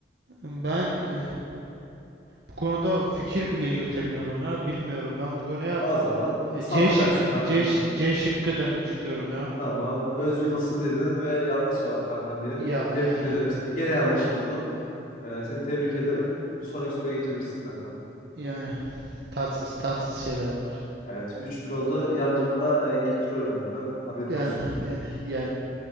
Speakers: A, on the right; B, on the left.
A: Ben e, bu konuda fikir bile yürütemiyorum ya. Bilmiyorum ben bu konuya
B: O zaman
A: e,
B: sallayacaksın
A: C şık
B: kankam.
A: C,
B: büyük ihtimal.
A: C şıkkı demek istiyorum ya.
B: Tamam. Özgül ısı dedin ve yanlış cevap kankam benim.
A: Ya
B: E, tebrik
A: yani
B: ederim seni. Gene yanlışı buldun. E, seni tebrik ederim. Bir sonraki soruya geçebilirsin kankam.
A: yani tatsız tatsız şeyler bunlar.
B: Evet üç bir oldu. Yancımı da e, geçiriyorum gibi ben. Haberin
A: Yani
B: olsun.
A: yani yani.